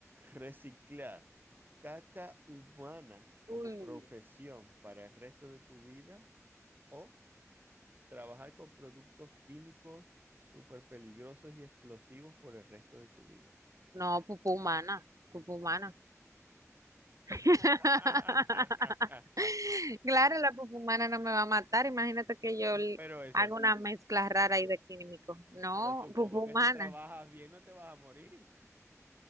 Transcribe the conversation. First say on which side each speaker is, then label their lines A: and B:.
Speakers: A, on the right; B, on the right.
A: ¿Reciclar caca humana como
B: Uy,
A: profesión para el resto de tu vida o trabajar con productos químicos súper peligrosos y explosivos por el resto de tu vida?
B: no, pupú humana. Pupú humana. <laughs>
A: <laughs>
B: Claro, la pupú humana no me va a matar. Imagínate que yo l-
A: Pero eso,
B: haga una mezcla rara ahí de químicos. No,
A: pero supongo
B: pupú humana.
A: que si trabajas bien no te vas a morir.